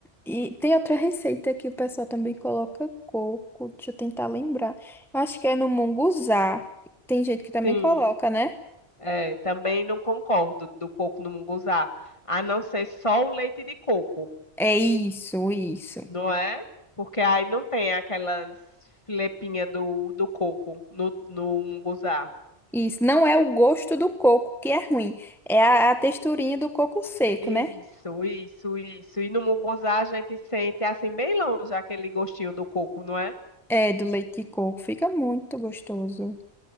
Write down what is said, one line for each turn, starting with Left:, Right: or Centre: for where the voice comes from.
Centre: E tem outra receita que o pessoal também coloca coco. Deixa eu tentar lembrar. Eu acho que é no munguzá. Tem gente que também
Left: Sim,
Centre: coloca, né?
Left: é, também não concordo do coco no munguzá. A não ser só o leite de coco.
Centre: É isso, isso.
Left: não é? Porque aí não tem aquelas filepinhas do, do coco no, no munguzá.
Centre: Isso. Não é o gosto do coco que é ruim. É a, a texturinha do coco seco,
Left: Isso,
Centre: né?
Left: isso, isso. E no munguzá a gente sente assim bem longe aquele gostinho do coco, não é?
Centre: É, do leite de coco. Fica muito gostoso.